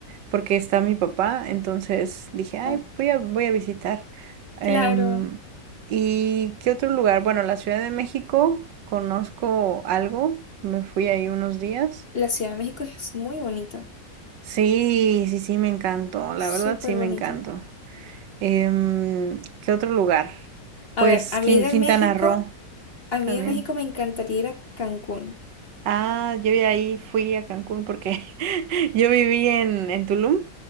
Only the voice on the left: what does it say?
Ah,
claro,
la Ciudad de México es muy bonita,
súper
bonita.
A
ver, a mí
de
México,
a mí
de México me encantaría ir a Cancún.